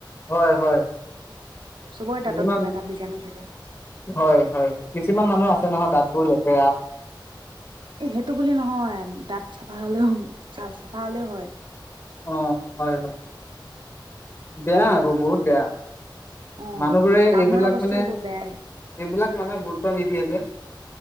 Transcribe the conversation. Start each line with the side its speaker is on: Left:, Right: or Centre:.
Left: হয়, হয়।
Right: চবৰে
Left: কিছুমান
Right: দাঁতত কিবা এটা বীজাণু থাকে
Left: হয়, হয় কিছুমান মানুহ আছে নহয়, দাঁতবোৰ লেতেৰা
Right: এ সেইটো বুলি নহয়, দাঁত চাফা হ'লেও চ চাফা হ'লেও হয়।
Left: অ', হয়, হয় বেয়া আকৌ বহুত বেয়া
Right: অ
Left: মানুহবোৰে
Right: কামোৰা
Left: এইবিলাক
Right: বস্তুটো
Left: মানে
Right: বহুত বেয়াই
Left: এইবিলাক মানুহে গুৰুত্ব নিদিয়ে যে।